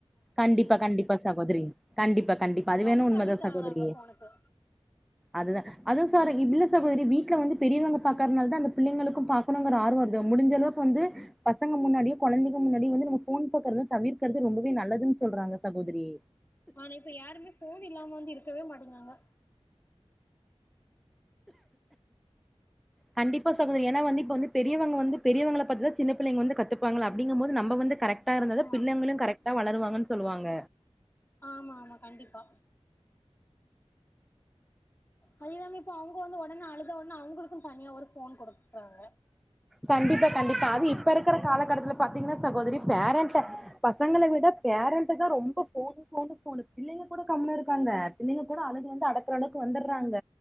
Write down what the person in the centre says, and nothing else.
கண்டிப்பா கண்டிப்பா சகோதரி கண்டிப்பா கண்டிப்பா அது
வேணு உண்மதா
சகோதரி
அதுதா அது சார் இல்ல சகோதரி வீட்ல வந்து பெரியவங்க பாக்கறனால தா அந்த பிள்ளைகளுக்கு பா பாக்கனுங்கற ஆர்வோ வருது முடுஞ்ச அளவுக்கு வந்து பசங்க முன்னாடியு கொழந்தைங்க முன்னாடியு வந்து நம்ம ஃபோன் பாக்கறத தவிர்கறது ரொம்பவே நல்லது துன் சொல்றாங்க சகோதிரி
கண்டிப்பா சகோதரி ஏனா வந்து இப்ப வந்து பெரியவங்க வந்து பெரியவங்கள பாத்துதா சின்ன பிள்ளைங்க வந்து கத்துப்பாங்கள அப்டிங்கும் போது நம்ப வந்து கரெக்ட் டா இருந்தாதா
பிள்ளைங்களு கரெக்டா வளருவாங்கன் சொல்லுவாங்க
கண்டிப்பா கண்டிப்பா அது இப்ப இருக்கிற காலகட்டத்துல பாத்தீங்கனா சகோதரி பேரண்ட்ட பசங்கள விட பேரண்டு தா ரொம்ப ஃபோனு ஃபோனு ஃபோனு பிள்ளைங்க கூட கம்முனு இருக்காங்க பிள்ளைங்க கூட அழுது வந்து அடக்குற அளவுக்கு வந்துர்றாங்க